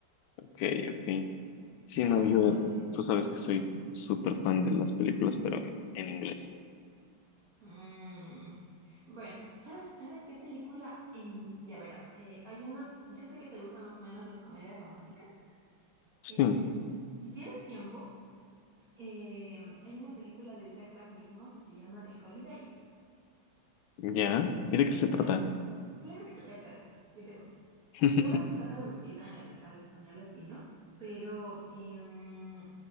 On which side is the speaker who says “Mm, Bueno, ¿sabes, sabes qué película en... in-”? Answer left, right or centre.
Right